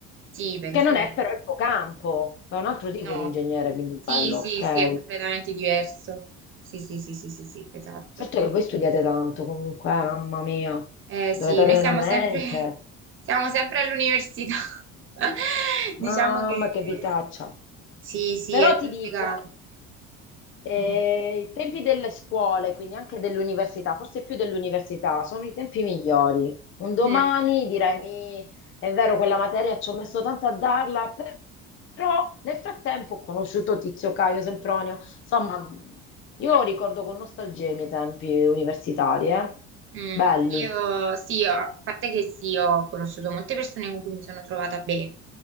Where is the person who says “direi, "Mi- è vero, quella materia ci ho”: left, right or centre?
Left